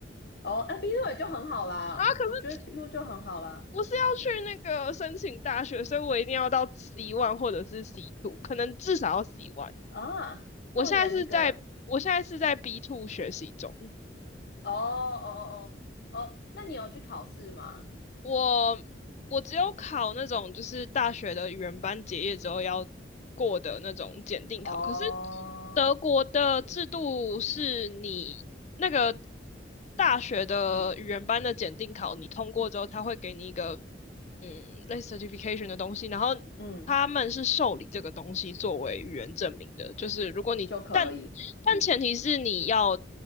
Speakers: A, on the left; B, on the left.
A: 哦，哎，B t 也就很好啦，
B: 啊。可是
A: 我觉得 B t 就很好啦。
B: 我是要去那个申请大学，所以我一定要到 C one 或者是 C two，可能至少要 C one。
A: 啊，
B: 我现在是在我现在是在
A: 这么严格？
B: B two 学习中。
A: 哦哦哦哦哦，那你有去考试吗？
B: 我我只有考那种就是大学的语言班结业之后要过的那种检定考，
A: 哦，
B: 可是德国的制度是你那个大学的语言班的检定考，
A: 嗯
B: 你通过之后，他会给你一个嗯类似 certification 的东西，然后
A: 嗯，
B: 他们是受理这个东西作为语言证明的，就是如果你但
A: 就可以，
B: 但前提是你要
A: 嗯